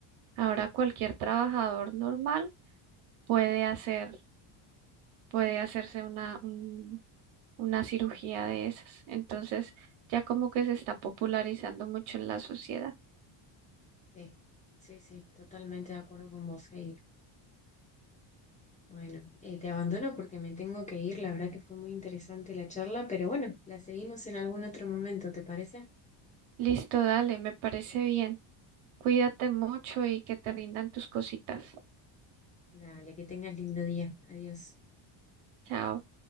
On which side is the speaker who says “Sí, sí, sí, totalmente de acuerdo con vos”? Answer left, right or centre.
Left